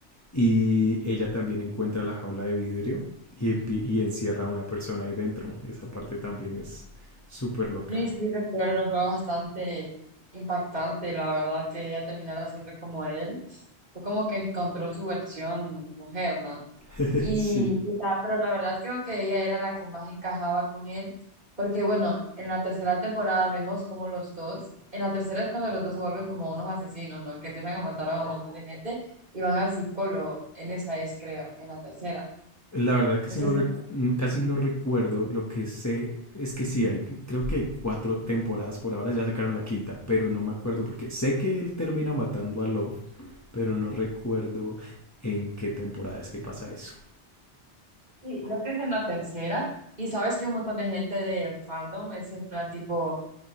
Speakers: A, on the left (about 15°); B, on the right (about 50°).
A: y ella también encuentra la jaula de vidrio y, y encierra a una persona ahí dentro. Esa parte también es súper loca.
B: Sí, sí, recuerdo, fue bastante impactante, la verdad, que ella terminara siendo como él. Fue como que encontró su versión mujer, ¿no?
A: <laughs>
B: Y,
A: sí.
B: y la, pero la verdad creo que ella era la que más encajaba con él, porque bueno, en la tercera temporada vemos como los dos, en la tercera es cuando los dos se vuelven como unos asesinos, ¿no? Que empiezan a matar a un montón de gente y van al psicólogo, en esa es, creo, en la tercera.
A: La verdad casi
B: No
A: no,
B: sé si...
A: recu- mm, casi no recuerdo. Lo que sé es que sí, hay, creo que hay cuatro temporadas por ahora, ya sacaron la quinta, pero no me acuerdo porque sé que él termina matando a Love, pero no recuerdo en qué temporada es que pasa eso.
B: Sí, creo que esta es la tercera. Y sabes que un montón de gente del fandom es en plan tipo